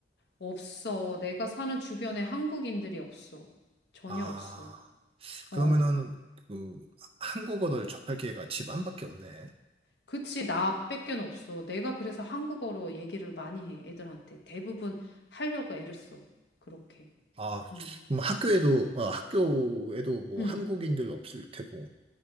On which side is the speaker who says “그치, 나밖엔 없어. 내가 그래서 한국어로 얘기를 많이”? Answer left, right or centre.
Left